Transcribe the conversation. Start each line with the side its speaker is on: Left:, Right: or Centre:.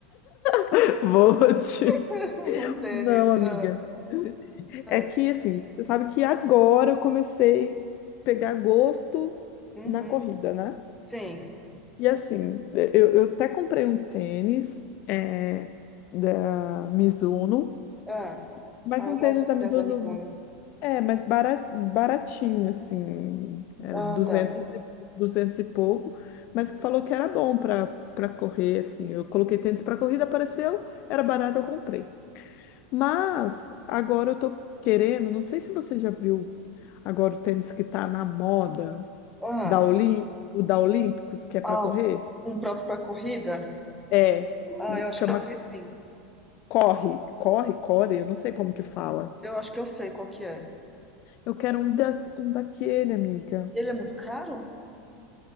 Left: <laughs> Vou te.
Centre: <laughs> Um tênis.
Left: Não, amiga.
Centre: Ah, ah.
Left: É que, assim, você sabe que agora eu comecei a pegar gosto
Centre: Uhum.
Left: na corrida, né?
Centre: Sim, sim.
Left: E, assim, eu, eu até comprei um tênis é, da Mizuno,
Centre: Ah,
Left: mas
Centre: ah,
Left: um
Centre: eu gosto
Left: tênis
Centre: do
Left: da Mizuno.
Centre: tênis da Mizuno.
Left: É, mas bara- baratinho, assim, é, 200
Centre: Ah, tá.
Left: e, 200 e pouco, mas que falou que era bom para para correr, assim. Eu coloquei tênis para corrida, apareceu, era barato, eu comprei. Mas agora eu tô querendo, não sei se você já viu agora o tênis que tá na moda,
Centre: Ah,
Left: da Olim, o da Olímpicos, que é para
Centre: ah,
Left: correr.
Centre: um próprio pra corrida?
Left: É,
Centre: Ah,
Left: o-
Centre: eu acho
Left: chama
Centre: que eu vi sim.
Left: Corre, Corre, Core, eu não sei como que fala.
Centre: Eu acho que eu sei qual que é.
Left: Eu quero um, da, um daquele, amiga.
Centre: Ele é muito caro?